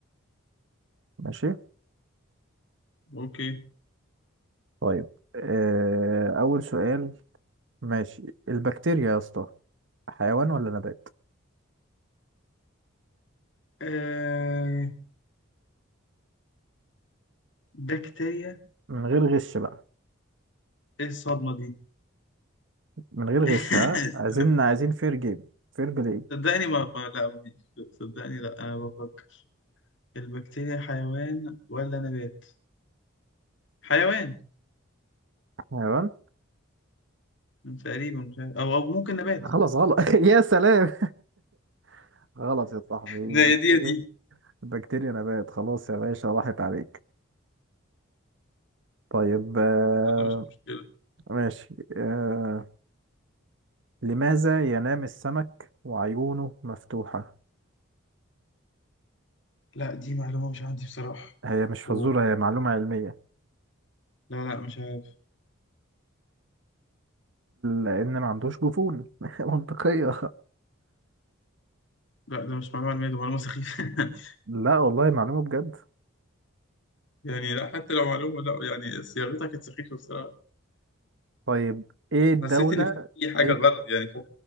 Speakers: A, on the right; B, on the left.
A: ماشي
B: أوكي
A: طيب آه، اول سؤال ماشي البكتيريا يا اسطى حيوان ولا نبات
B: آه... بكتيريا
A: من غير غش بقى
B: إيه الصدمة دي؟
A: من غير
B: <laughs>
A: غش ها عايزين عايزين فير جيم فير بلاي
B: صدقني ما ما- لا مفيش صدقني لا أنا بفكر البكتيريا حيوان ولا نبات؟ حيوان
A: حيوان
B: تقريبا مش عارف أو أو ممكن نبات
A: خلاص
B: <laughs>
A: غلط <laughs> يا سلام <laughs> غلط يا صاحبي البكتيريا
B: لا يا دي يا دي
A: بكتيريا نبات خلاص يا باشا راحت عليك طيب آه
B: يلا مش مشكلة
A: ماشي آه لماذا ينام السمك وعيونه مفتوحة
B: لا دي معلومة مش عندي بصراحة
A: هي مش فزورة
B: و...
A: هي معلومة علمية
B: لا لا مش عارف
A: لأن ما عندوش جفون <laughs> منطقية
B: لا ده مش معلومة علمية ده معلومة سخيفة <laughs>
A: لا والله معلومة بجد
B: يعني لا حتى لو معلومة لا يعني صياغتها كانت سخيفة بصراحة
A: طيب ايه الدولة
B: حسيت ان في حاجه
A: ايه,
B: غلط يعني فاهم